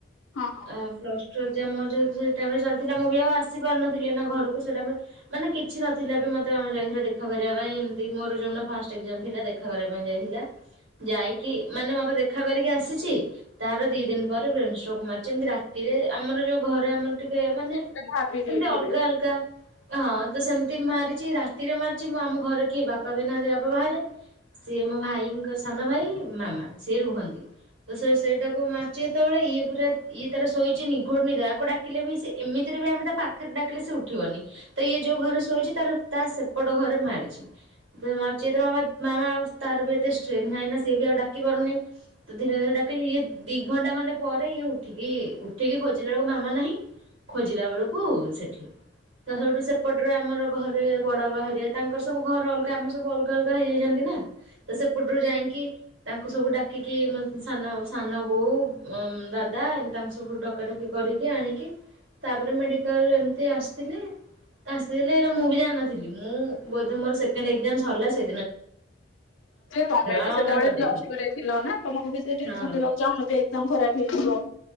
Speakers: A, on the left (about 80°); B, on the right (about 80°).
A: ହଁ ହଁ
B: ଆ ପ୍ଲଷ୍ଟ ଟୁ ଯେ ମୋର ଯେହେତୁ ସେ ଟାଇମ ରେ ଚାଲିଥିଲା ମୁଁ ବି ଆଉ ଆସି ପାରୁନଥିଲି ନା ଘରକୁ ସେ ଟାଇମରେ ମାନେ କିଛି ନଥିଲା ବି ମତେ ଆମେ ଯାଇଥିଲା ଦେଖା କରିବା ପାଇଁ ଏମିତି ମୋର ଜ ଫାଷ୍ଟ। ଷ୍ଟକ୍ ଯ ଥିଲା ଦେଖା କରିବା ପାଇଁ ଯାଇଥିଲା। ଯାଇକି ମାନେ ମତେ ଦେଖ ରଖା କରିକି ଆସିଛି ତାର ଦି ଦିନ ପରେ ପ୍ରେଷ୍ଟ କମାର ଯେମତି ରାତିରେ ଆମର ଯୋଉ ଘରେ ଆମର। ଟିକେ ମାନେ
A: ସେଟା ଭାବି
B: ସେମତି
A: ଦେଇଥିବେ।
B: ଅଲଗା ଅଲଗା ହଁ ତ ସେମତି। ମାରିଛି ରାତିରେ ମାରିଛି ମୁଁ ଆମ ଘରେ କିଏ ବାପା ବି ନାହାନ୍ତି। ବାହାରେ ସିଏ ମୋ ଭାଇଙ୍କ ସାନ ଭାଇ ମାମା ସିଏ ରୁହନ୍ତି। ତ ସେ ସେଇଟାକୁ ମାରଚି ସେତେବେଳେ ଇଏ ପୁରା ଇଏ ତାର ଶୋଇଛି ନିଘୋଟ ନି ଦୟାକୁ ଡାକିଲେ ବି ସେ ଏମିତିରେ ବି ଆମେ ତା ପାଖରେ ଡାକିଲେ ସେ ଉଠିବନି ତ ଇଏ ଯୋଉ ଘରେ ଶୋଇଛି ତାର ତା ସେପଟ ଘରେ ମାରିଛି। ସେତର ମା ମାମା ଆଉ ତାର ବି ଏତେ ଷ୍ଟ୍ରେନ୍ ନାହିଁ ନା ସେଏ ବି ଆଉ ଡାକି ପାରୁନି ତ ଧୀରେ ଧୀରେ ଡାକି ଇଏ ଦି ଘଣ୍ଟା ଘଣ୍ଟା ପରେ ଇଏ ଉଠିକି ଉଠିକି ଖୋଜିଲା ବେଳକୁ ମାମା ନାହିଁ ଖୋଜିଲା ବେଳକୁ ସେଠି ତା ସବଠୁ ସେପଟରେ ଆମର ଘରେ ବଡ ବା ହରିଆ ତାଙ୍କର ସବୁ ଘର ଅଲଗା ଆମର ସବୁ ଅଲଗା ଅଲଗା ହେଇଯାଇଛନ୍ତି ନା ତ ସେପୁଟରୁ ଯାଇକି ତାଙ୍କୁ ସବୁ ଡାକିକି ସାନ ବୋଉ ଦାଦା ତାଙ୍କୁ ସବୁ ଡକାଡକି କରିକି ଆଣିକି ତାପରେ ମେଡିକାଲ ଏମତି ଆସିଥିଲେ ଆସିଥିଲେ ମୁଁ ବି ଜାିନଥିଲି ମୁଁ ବୋ ମୋର ସେକଣ୍ଡ ଏକ୍ଜାମ ସରିଲା ସେ
A: ତମେ
B: ମାମା
A: ବି ସେତେବେଳେ
B: ମନା କରିଦେଇଥିଲା
A: ପ୍ଲସଟୁରେ ଥିଲ ନା ତମକୁ ସେ ଟେନସନ
B: ହଁ।
A: ଦେବାକୁ ଚାହୁଁ ନଥିବେ ତାଙ୍କୁ ଖରାପ ହେଇଥିବ।